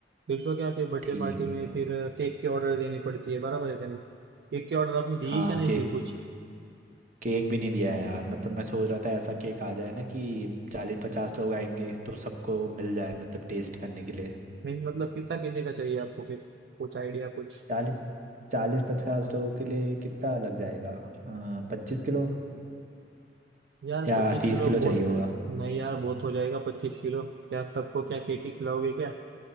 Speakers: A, on the right; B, on the right.
A: फिर तो क्या फिर बर्थडे
B: ठीक
A: पार्टी में
B: है
A: फिर केक के ऑर्डर देनी पड़ती है बराबर है क्या नहीं केक के ऑर्डर आपने दी
B: हाँ
A: क्या नहीं
B: केक
A: फिर कुछ
B: केक भी नहीं दिया है यार मतलब मैं सोच रहा था ऐसा केक आ जाए ना कि चालीस पचास लोग आएंगे तो सबको मिल जाए मतलब टेस्ट करने के लिए
A: मीन्स मतलब कितना केजी का चाहिए आपको फिर कुछ आइडिया कुछ
B: चालीस चालीस पचास लोगों के लिए कितना लग जाएगा पच्चीस किलो
A: यार
B: या
A: पच्चीस
B: तीस
A: किलो
B: किलो चाहिए
A: बहुत
B: होगा
A: नहीं यार बहुत हो जाएगा पच्चीस किलो क्या सबको क्या केक ही खिलाओगे क्या